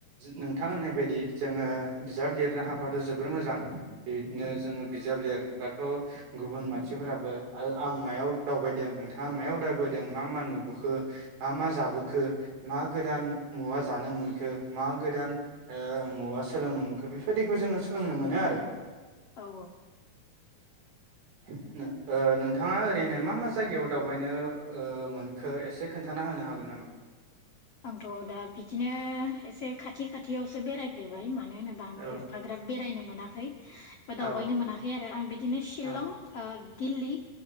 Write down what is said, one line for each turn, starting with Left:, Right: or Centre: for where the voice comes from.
Right: नोंथां होननाय बायदि जोंङो बिजाब लिरनो हफाथ' जोबोर मोजां बिदिनो जोंङो बिजाब लिरबाथ गुबुन मानसिफोराबो आरो आं मायाव दावबायदों नोंथांङा मायाव दावबायदों मा मा नुबोखो मामा जाबोखो मा गोदान मुवा जानो मोनखो मा गोदान मुवा ओ सोलोंनो मोनखो बेबायदिखौ जोंङो सोलोंनो मोनो आरो
Left: औ औ औ
Right: ओ नोंथां नोंथांङा ओरैनो मा मा जायगायाव दावबायनो मोनखो एसे खोन्थाना होनो हागोन नामा
Left: आंथ दा बिदिनो एसे खाथि खाथियावसो बेरायफेरबाय मा मानो होनोबा आं
Right: औ
Left: एफाग्राब बेरायनो मोन मोनाखै एबा
Right: औ
Left: दावबायनो मोनाखै आरो आं बिदिनो ओ‌ शिलं
Right: औ
Left: दिल्ली